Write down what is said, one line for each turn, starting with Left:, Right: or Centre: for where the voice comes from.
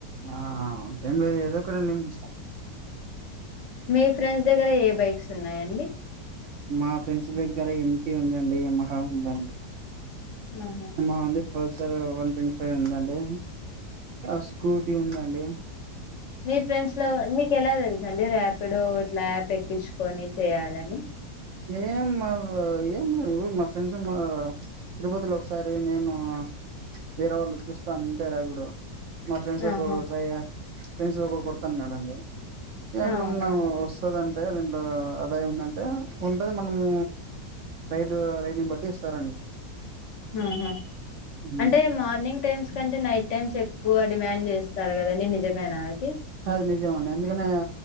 Right: ఆ టైం లేదు ఏదో ఒక ఇష్టం
Left: మీ ఫ్రెండ్స్ దగ్గర ఏ బైక్స్ ఉన్నాయండి
Right: మా ఫ్రెండ్స్ దగ్గర ఏంటి ఉందండి ఏ మహా ఉందండి
Left: ఆహా
Right: అమ్మ అంది హో సార్ వన్ ట్వంటీ ఫైవ్ ఉందండి ఆ స్కూటీ ఉందండి
Left: మీ ఫ్రెండ్స్ లో మీకు ఎలా తెలుసు అండి రాపిడో ఇట్లా యాప్ ఎక్కించుకొని చేయాలని
Right: ఏం మా ఏం మా ఫ్రెండ్స్ మా తిరుపతిలో ఒకసారి నేను వేరే వాళ్ళు చూస్తాను ఉంటేర ఇపుడు మా ఫ్రెండ్స్
Left: ఆహా
Right: ఒకరూ త్రైయా ఫ్రెండ్స్ ఒకడు కొడుతున్నాడండి. ఎమన్నా
Left: అవునా
Right: వస్తదని తె రెండో ఆదాయం అంటె ఉం ఉంటది మనమూ రైడ్ రైడ్ని బట్టి ఇస్తారని
Left: ఆహా
Right: హ్మ్.
Left: అంటే మార్నింగ్ టైమ్స్ కంటే నైట్ టైమ్స్ ఎ ఎక్కువ డిమాండ్ చేస్తారు గదండి నిజమేనా అది
Right: అది నిజమండి అందుకనే